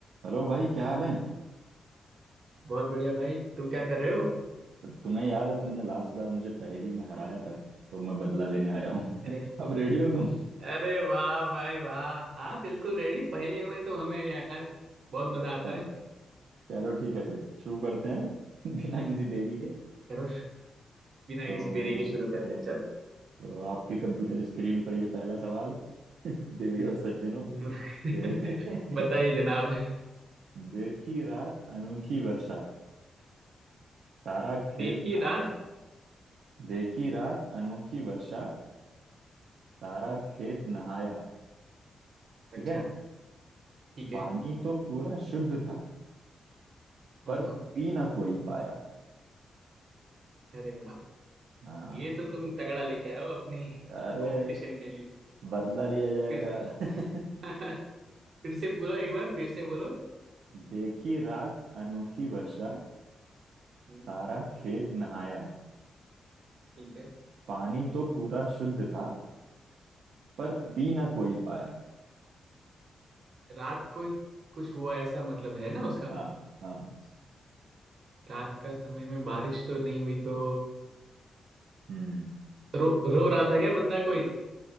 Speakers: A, on the right; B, on the right.
A: Hello भाई क्या हाल है
B: बहुत बढ़िया भाई तुम क्या कर रहे हो
A: तुम्हें याद है तुमने लास्ट बार मुझे पहेली में हराया था तो मैं बदला लेने आया हूँ
B: अरे
A: <laughs> अब रेडी हो तुम
B: अरे वाह भाई वाह हाँ बिल्कुल रेडी पहेलियों में तो हमें यार बहुत मजा आता
A: चलो
B: है
A: चलो ठीक है फिर शुरू करते हैं <laughs> बिना किसी देरी के
B: करो श- बिना
A: तो
B: किसी देरी के शुरू करते
A: तुम
B: हैं चलो
A: तो आपके कंप्यूटर स्क्रीन पर ये पहला सवाल <laughs> देवी और सज्जनों
B: <laughs>
A: <laughs>
B: बताइए जनाब
A: देखी रात अनोखी वर्षा सारा खेत
B: देखिए
A: नहाया
B: रात
A: देखी रात अनोखी वर्षा सारा खेत नहाया ठीक
B: अच्छा
A: है
B: ठीक
A: पानी
B: है
A: तो पूरा शुद्ध था पर
B: हाँ हाँ
A: पी ना कोई पाया
B: अरे वाह
A: हाँ
B: ये तो तुम तगड़ा लेके आए हो अपनी
A: अरे
B: कंपटीशन के लिए
A: बदला लिया जाएगा
B: फिर <laughs>
A: <laughs>
B: फिर से बोलो एक बार फिर से बोलो
A: देखी रात अनोखी वर्षा
B: हम्म।
A: सारा खेत नहाया
B: ठीक है
A: पानी तो पूरा शुद्ध था पर
B: ठीक
A: पी
B: है
A: ना कोई पाया
B: रात को ही कुछ हुआ ऐसा मतलब है ना उसका
A: हाँ हाँ
B: रात का समय में बारिश तो नहीं हुई तो
A: हम्म
B: रो रो रहा था क्या बंदा कोई